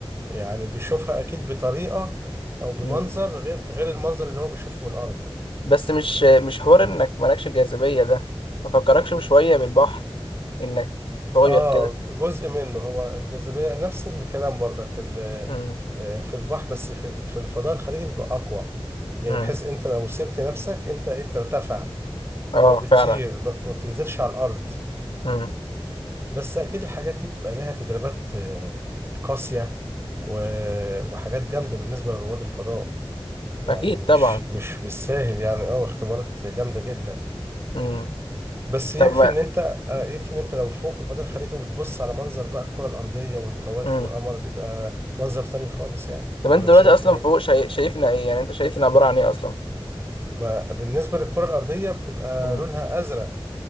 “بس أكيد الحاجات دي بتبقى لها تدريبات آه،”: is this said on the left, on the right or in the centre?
Right